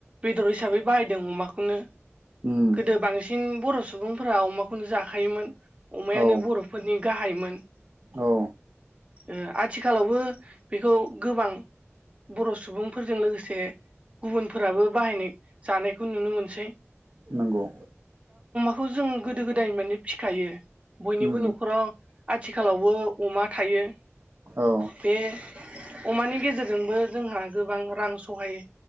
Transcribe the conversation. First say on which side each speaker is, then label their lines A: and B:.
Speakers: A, on the right; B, on the right.
A: बेदर हिसाबै बाहायदों अमाखौनो
B: उम
A: गोदो बांसिन बर' सुबुंफोरा अमाखौनो जाखायोमोन अमायानो
B: औ
A: बर'फोरनि गाहायमोन
B: औ
A: ओ आथिखालावबो बेखौ गोबां बर' सुबुंफोरजों लोगोसे गुबुनफोराबो बाहायनाय जानायखौ नुनो मोनसै
B: नंगौ
A: खौ जों गोदो गोदाय माने फिखायो बयनिबो
B: उम
A: न'खराव आथिखालावबो अमा थायो
B: औ
A: बे अमानि गेजेरजोंबो जोंहा गोबां रां सहायो